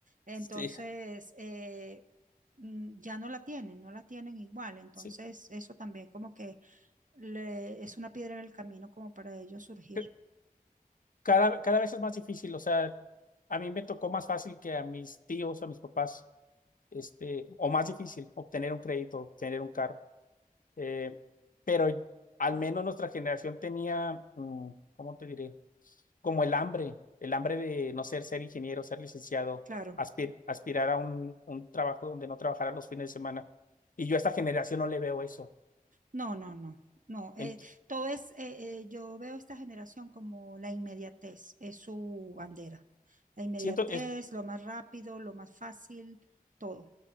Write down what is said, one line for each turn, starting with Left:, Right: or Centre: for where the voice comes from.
Right: Entonces,
Left: Sí,
Right: eh, mm, ya no la tienen, no la tienen igual. Entonces,
Left: sí.
Right: eso también como que le- es una piedra en el camino como para ellos surgir.
Left: C- Cada, cada vez es más difícil, o sea, a mí me tocó más fácil que a mis tíos, a mis papás, este, o más difícil obtener un crédito, obtener un carro. Eh, pero al menos nuestra generación tenía, mm, ¿cómo te diré? Como el hambre, el hambre de no ser, ser ingeniero, ser licenciado,
Right: Claro,
Left: aspir- aspirar a un, un trabajo donde no trabajara los fines de semana. Y yo a esta generación no le veo eso.
Right: no, no, no, no. eh,
Left: Ent-
Right: todo es, eh, eh, yo veo esta generación como la inmediatez, es su bandera. La inmediatez,
Left: siento, es-
Right: lo más rápido, lo más fácil, todo.